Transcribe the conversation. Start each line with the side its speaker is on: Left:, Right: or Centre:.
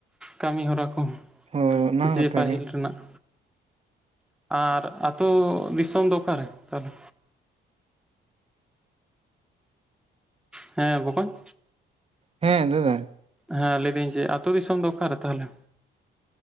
Centre: ᱠᱟᱹᱢᱤ ᱦᱚᱨᱟ ᱠᱚ ᱾
Right: ᱦᱳᱭ ᱚᱱᱟ ᱦᱚᱸ
Centre: ᱡᱮ
Right: ᱠᱟᱛᱷᱟ
Centre: ᱯᱟᱹᱦᱤᱞ
Right: ᱜᱮ
Centre: ᱨᱮᱱᱟᱜ ᱟᱨ ᱟᱹᱛᱳ ᱫᱤᱥᱚᱢ ᱫᱚ ᱚᱠᱟᱨᱮ ᱛᱟᱦᱞᱮ? ᱦᱮᱸ ᱵᱚᱠᱚᱧ,
Right: ᱦᱮᱸ ᱫᱟᱫᱟ᱾
Centre: ᱦᱮᱸ ᱞᱟᱹᱭ ᱫᱟᱹᱧ ᱡᱮ ᱟᱹᱛᱳ ᱫᱤᱥᱚᱢ ᱫᱚ ᱚᱠᱟ ᱨᱮ ᱛᱟᱦᱞᱮ?